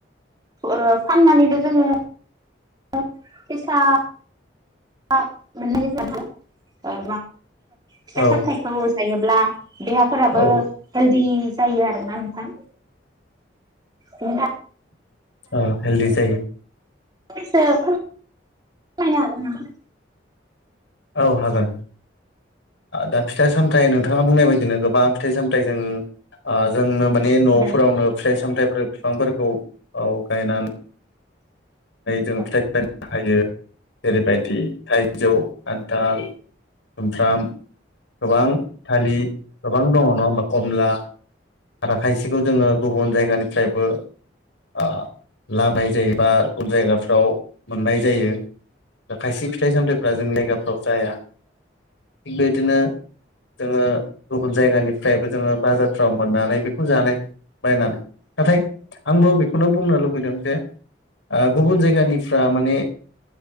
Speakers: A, on the right; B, on the left.
A: ओ फाननानैबो जोङो फैसा <unintelligible> अब्लाबो फिथाइ
B: औ
A: सामथाइखौ जायोब्ला देहाफोराबो
B: औ
A: हेलदि जायो आरो ना नोंथां। नोंथां।
B: अ हेलदि जायो।
A: फंनैसो फोरमायनो हागोन नामा?
B: औ हागोन दा फि थाइ सामथाइ नोंथाङा बुंनाय बायदिनो गो बां फिथाइ साम थाइ जों आ जोंनो माने
A: होननानै
B: न'फोरावनो फिथाइ सामथाइ फिफांफोरखौ औ गायना जों
A: औ
B: फिथाइ <unintelligible> हायो जेरैबाय <unintelligible> थाइजौ, खान्थाल, सुमफ्राम गोबां थालिर गोबां दङ' नङा होमबा कमला आरो खायसेखौ जोङो गुबुन जायगानिफ्रायबो आ लानाय जायो बा गुबुन जायगाफ्राव मोननाय जायो खायसे फिथाइ सामथाइ फ्रा जोंनि जायगाफ्राव जाया। बेबायदिनो जोङो गुबुन जायगानिफ्रायबो जोङो बाजारफ्राव मोननानै बेखौ जानाय बायनानै नाथाय आंबो बेखौनो बुंनो लुबैदों जे आ गुबुन जायगानिफ्रा माने